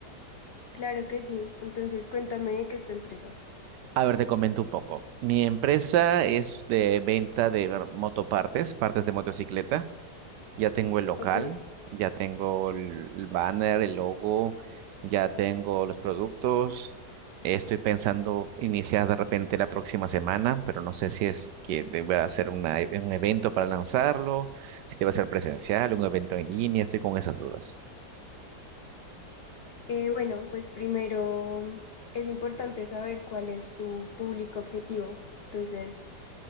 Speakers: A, on the left (about 85°); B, on the right (about 80°).
A: Claro que sí, entonces cuéntame de qué es tu empresa.
B: A ver, te comento un poco. Mi empresa es de venta de ver- motopartes, partes de motocicleta. Ya tengo el local,
A: Ok.
B: ya tengo el el banner, el logo, ya tengo los productos. Estoy pensando iniciar de repente la próxima semana, pero no sé si es que deba hacer una, e- un evento para lanzarlo, si debe ser presencial, un evento en línea, estoy con esas dudas.
A: Eh, bueno, pues primero mm, es importante saber cuál es tu público objetivo, entonces,